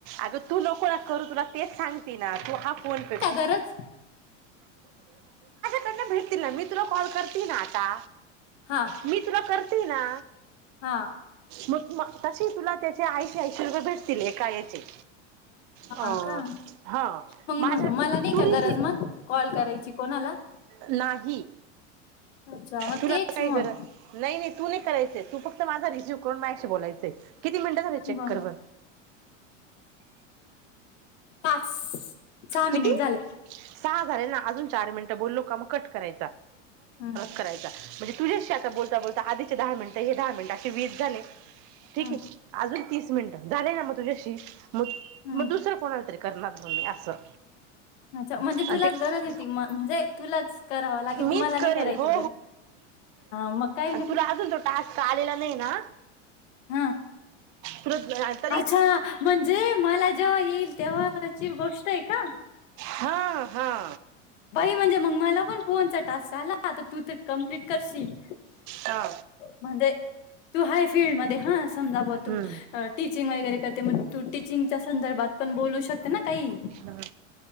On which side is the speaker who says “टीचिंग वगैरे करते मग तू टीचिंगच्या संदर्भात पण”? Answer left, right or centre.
Left